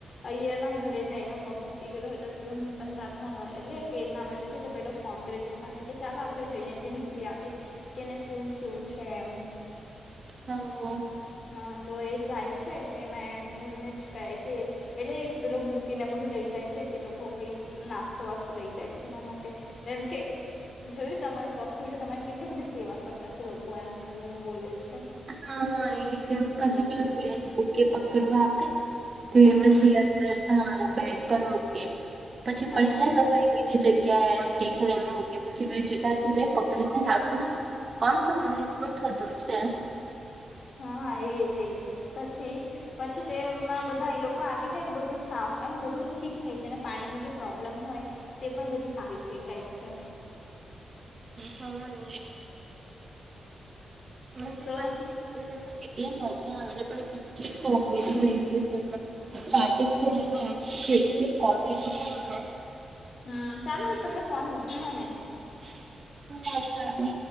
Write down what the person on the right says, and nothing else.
હમ
હા એ જેને પછી
પેલા
પીને પોકે આપે તે
પછી અંદર ત બેડ મૂકે પછી
જાય તો ભાઈ બીજી જગ્યાએ એમ ખ એને મકી પછી જેટને પકડી ને રાખો ને પણ તમને શું થતું છે
હા <inaudible> મંદિર
પાછ <unintelligible> કેટલી મજા આવે પણ કે કોીએમાં <unintelligible> સ્ટાર્ટિંગ થી લેય ને એન્ડ તક એટલી કોમેડી થઈ ને
હ સારુ